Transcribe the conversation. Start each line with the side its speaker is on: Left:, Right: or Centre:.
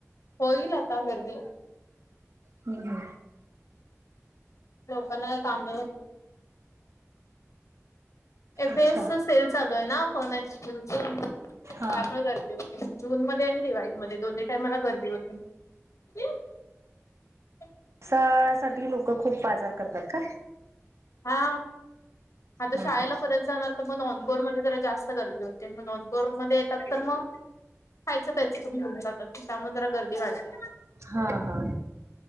Left: होईल आता गर्दी
Right: हम् ह
Left: लोकांना काम एफ
Right: अच्छा
Left: एस सेल चालू आहे ना फॉरमॅट स्टोन च त्यामुळे
Right: हा.
Left: गर्दी होते जून मध्ये आणि जुलाई मध्ये दोन्ही टाइमला गर्दी होते <inaudible>
Right: पावसाळ्या साठी लोक खूप बाजार करतात का
Left: हा आता
Right: हम्म
Left: शाळेला
Right: हम्म
Left: परत जाणार तर मग नॉनकोअर मध्ये जरा जास्त गरज होते मग नॉनकोर मध्ये त्यात तर मग खायचं पीएच घेऊन जातात त्यामुळे जरा गर्दी वाढते
Right: हा हा.